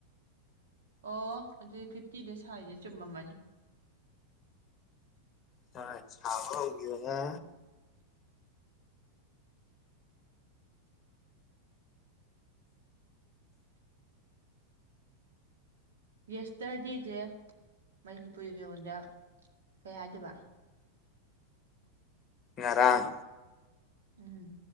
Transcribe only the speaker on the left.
ꯍꯣꯏ ꯁꯥꯕ ꯍꯧꯒꯤꯕꯅ
ꯉꯔꯥꯡ